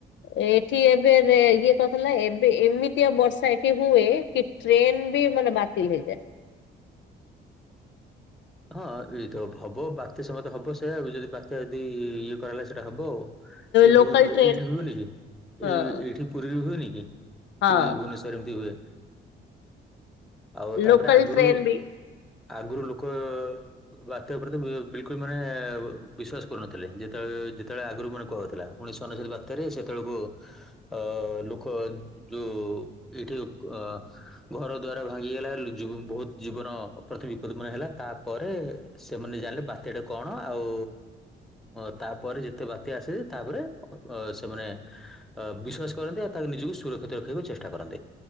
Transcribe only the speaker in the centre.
ହଁ ହେଇଥବ ହବ ବାତ୍ୟା ସମତେ ହବ ସେଆ ଯଦି ବାତ୍ୟା ଯଦି ଇଏ କରା ହେଲା ସେଇଟା ହବ। ଏ
ବୁ ଅ
ଏଇଠି ହୁଏନକି
ଏଇ ଏଇଠି ପୁରୀରେ ହୁଏନିକି?
ପୁରୀ ଭୁବନେଶ୍ଵର ଏମିତି ହୁଏ ଆଉ
ତାପରେ ଆଗରୁ
ଆଗରୁ ଲୋକ ବାତ୍ୟା ପ୍ରତି ବିଲକୁଲ ମାନେ ବିଶ୍ୱାସ କରୁନଥିଲେ ଯେତେବେଳେ ଯେତେବେଳେ ଆଗରୁ ମାନେ କୁହାହଉଥିଲା ଉଣେଇଶ ଅନେଶ୍ୱତ ବାତ୍ୟାରେ ସେତେବେଳକୁ ଅ ଲୋକ ଯୋଉ ଏଇଠି ଅ ଘର ଦ୍ୱାର ଭାଙ୍ଗିଗଲା ବହୁତୁ ଜୀବନ ପ୍ରତି ବିପଦ ମନ ହେଲା। ତାପରେ ସେମାନେ ଜାଣିଲେ ବାତ୍ୟାଟା କଣ ଆଉ ଅ ତାପରେ ଯେତେ ବାତ୍ୟା ଆସେ ତାପରେ ସେମାନେ ଅ ବିଶ୍ଵାସ କରନ୍ତି ଆଉ ତାକୁ ନିଜକୁ ସୁରକ୍ଷିତ ରଖିବାକୁ ଚେଷ୍ଟା କରନ୍ତି।